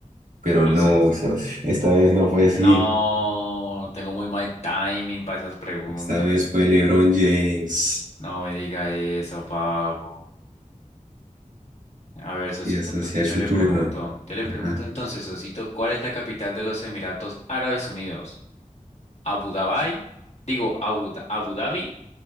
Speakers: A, on the right; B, on the left.
A: Pero
B: Entonces.
A: no, socio, <laughs> esta vez no fue así.
B: No, tengo muy mal timing para esas preguntas.
A: Esta vez fue LeBron James.
B: No me diga eso, Pablo. A ver, Sosito,
A: Y asociar
B: entonces yo
A: su
B: le
A: turno.
B: pregunto. Yo le
A: Ajá.
B: pregunto entonces, Sosito, ¿cuál es la capital de los Emiratos Árabes Unidos? Abu Dhabi, digo, Abu, Da- Abu Dhabi,